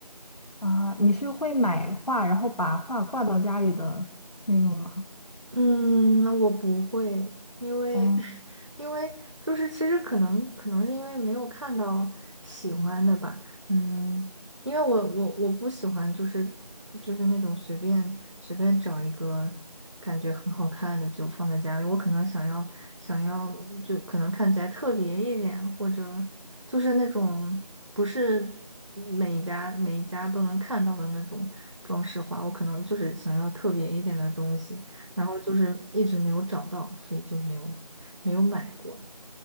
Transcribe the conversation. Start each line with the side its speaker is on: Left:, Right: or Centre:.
Left: 啊，你是会买画，然后把画挂到家里的那种吗？
Right: 嗯，那我不会，因为
Left: 嗯，
Right: <laughs> 因为就是其实可能可能是因为没有看到喜欢的吧，嗯，因为我我我不喜欢就是就是那种随便随便找一个感觉很好看的就放在家里，我可能想要想要就可能看起来特别一点，或者就是那种不是每一家每一家都能看到的那种装饰画，我可能就是想要特别一点的东西。然后就是一直没有找到，所以就没有没有买过。